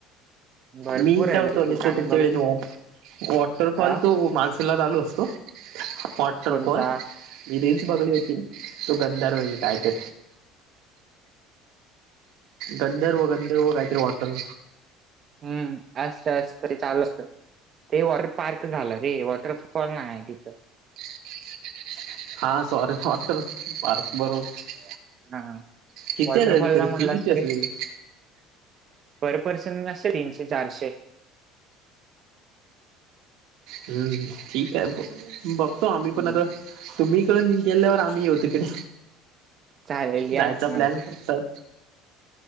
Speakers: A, on the right; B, on the right.
A: भरपूर
B: मी काय
A: आहे
B: म्हणतो
A: ठिकाणी
B: आणि तो तुमच्याकडे
A: बघ
B: वॉ वॉटरफॉल
A: हा
B: तो मानसूनला चालू असतो, वॉटरपॉल
A: कोणता
B: मी रील्स बघली होती, तो गंधार वैगेरे कायतर. गंधर्व, गंधर्व काहीतरी वाटर
A: हम्म, असत -असत तरी चालत. ते वॉटर पार्क झालं रे, वॉटरफॉल नाही आहे तिथं.
B: <inaudible> हा, सॉरी वॉटर पार्क बरोबर.
A: हा
B: किती
A: वॉटरफॉल
B: आहे तरी,
A: ला म्हणलास
B: फी किती
A: तरी
B: असल इकडं?
A: पर पर्सन असल तीनशे, चारशे.
B: हम्म ठीक हाय, बघतो आम्ही
A: हम्म
B: पण आता तुम्हीइ इकडून निं गेल्यावर आम्ही येऊ तिकडे.
A: चालेल या
B: जायचा
A: की
B: प्लॅन
A: मग
B: करतात.